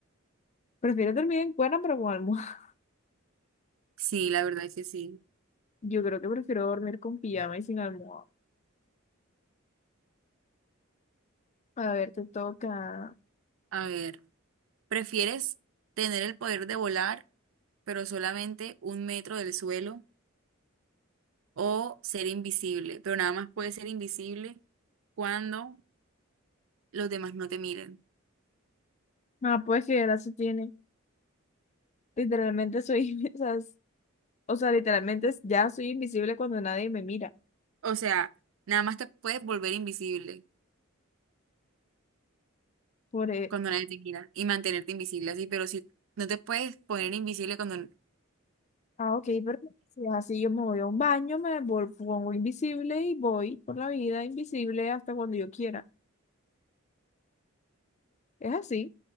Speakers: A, on the left (about 35°); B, on the right (about 70°).
A: ¿Prefieres dormir en cuerda pero con almohada?
B: sí, la verdad es que sí.
A: <laughs> Yo creo que prefiero dormir con pijama y sin almohada. A ver, te toca.
B: A ver, ¿prefieres tener el poder de volar? pero solamente un metro del suelo o ser invisible, pero nada más puedes ser invisible cuando los demás no te miren.
A: Ah, pues que ya se tiene. Literalmente soy, <laughs> o sea, es- o sea, literalmente es- ya soy invisible cuando nadie me mira.
B: O sea, nada más te puedes volver invisible
A: Por, e-
B: cuando nadie te mira y mantenerte invisible así, pero si no te puedes poner invisible cuando... al-
A: ah, ok, perfecto. Si es así, yo me voy a un baño, me vol- pongo invisible y voy por la vida invisible hasta cuando yo quiera. Es así.